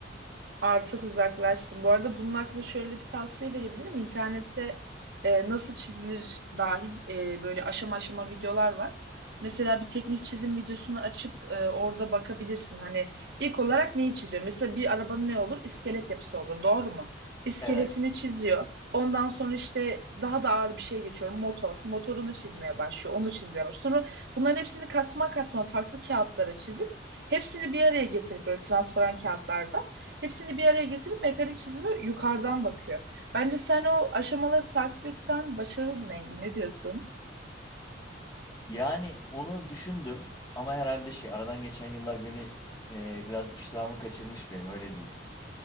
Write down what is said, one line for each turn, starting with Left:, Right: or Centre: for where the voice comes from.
Right: Artık uzaklaştım. Bu arada bunun hakkında şöyle bir tavsiye verebilirim. İnternette e, nasıl çizilir dahil e, böyle aşama aşama videolar var. Mesela bir teknik çizim videosunu açıp e, orada bakabilirsin. Hani ilk olarak neyi çiziyor? Mesela bir arabanın ne olur? İskelet yapısı olur. Doğru mu? İskeletini
Left: Evet.
Right: çiziyor. Ondan sonra işte daha da ağır bir şeye geçiyorum. Motor. Motorunu çizmeye başlıyor. Onu çizmeye başlıyor. Sonra bunların hepsini katma katma farklı kağıtlara çizip hepsini bir araya getirip böyle transparan kağıtlarda Hepsini bir araya getirip mekanik çizimi yukarıdan bakıyor. Bence sen o aşamaları takip etsen başarırdın Engin. Ne diyorsun?
Left: Yani onu düşündüm ama herhalde şey aradan geçen yıllar beni e, biraz iştahımı kaçırmış benim öyle diyeyim.